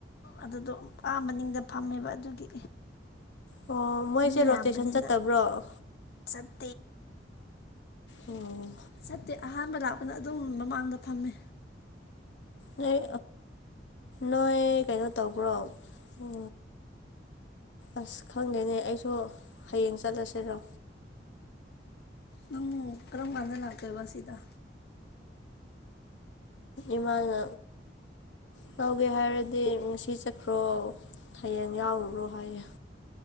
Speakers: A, on the left; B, on the left.
A: ꯑꯗꯨꯗꯣ ꯑꯥ ꯃꯅꯤꯡꯗ ꯐꯝꯃꯦꯕ ꯑꯗꯨꯒꯤ
B: ꯑꯣ ꯃꯣꯏꯁꯦ
A: ꯃꯤ
B: ꯔꯣꯇꯦꯁꯟ
A: ꯌꯥꯝꯕꯅꯤꯅ
B: ꯆꯠꯇꯕ꯭ꯔꯣ
A: ꯆꯠ
B: ꯑꯣ
A: ꯁꯠꯇꯦ ꯑꯍꯥꯟꯕ ꯂꯥꯛꯄꯅ ꯑꯗꯨꯝ ꯃꯃꯥꯡꯗ ꯐꯝꯃꯦ
B: ꯅꯣꯏ ꯅꯣꯏ ꯀꯩꯅꯣ ꯇꯧꯕ꯭ꯔꯣ ꯎ ꯑꯁ ꯈꯪꯗꯦꯅꯦ ꯑꯩꯁꯨ ꯍꯌꯦꯡ ꯆꯠꯂꯁꯤꯔꯣ
A: ꯅꯪ ꯀꯔꯝ ꯀꯥꯟꯗ ꯂꯥꯛꯇꯣꯏꯕ ꯁꯤꯗ
B: ꯏꯃꯥꯅ ꯀꯧꯒꯦ ꯍꯥꯏꯔꯗꯤ ꯉꯁꯤ ꯆꯠꯈ꯭ꯔꯣ ꯍꯌꯦꯡ ꯌꯥꯎꯔꯨꯔꯣ ꯍꯥꯏꯌꯦꯦ